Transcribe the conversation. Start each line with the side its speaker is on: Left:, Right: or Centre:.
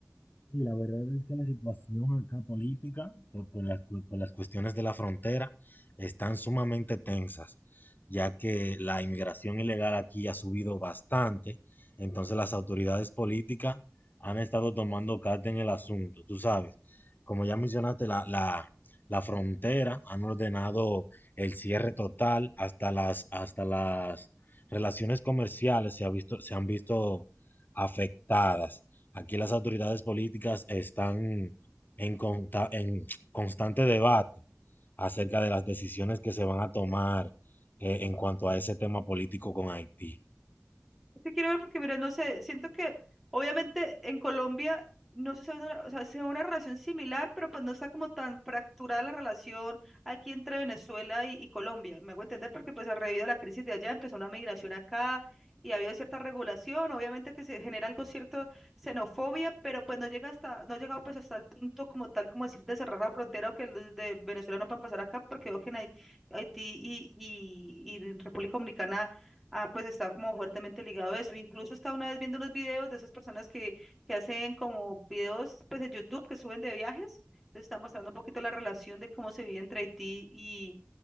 Left: Y la verdad es que la situación acá política, por, por las, cu- por las cuestiones de la frontera, están sumamente tensas, ya que la inmigración ilegal aquí ha subido bastante, entonces las autoridades políticas han estado tomando carta en el asunto, tú sabes. Como ya mencionaste, la, la, la frontera han ordenado el cierre total hasta las, hasta las relaciones comerciales se ha visto, se han visto afectadas. Aquí las autoridades políticas están en, conta- en constante debate acerca de las decisiones que se van a tomar eh, en cuanto a ese tema político con Haití.
Centre: que quiero ver porque, mira, no sé, siento que obviamente en Colombia no se sabe, o sea, se ve una relación similar, pero pues no está como tan fracturada la relación aquí entre Venezuela y, y Colombia. Me hago entender porque pues a raíz de la crisis de allá empezó una migración acá y ha habido cierta regulación, obviamente que se genera algo cierto xenofobia, pero pues no llega hasta, no ha llegado pues hasta el punto como tal, como decir de cerrar la frontera o que los de Venezuela no puedan pasar acá porque veo que en Hai- Haití y, y y en República Dominicana Ah, pues está como fuertemente ligado a eso. Incluso estaba una vez viendo unos videos de esas personas que, que hacen como videos pues en YouTube que suben de viajes. Entonces está mostrando un poquito la relación de cómo se vive entre Haití y,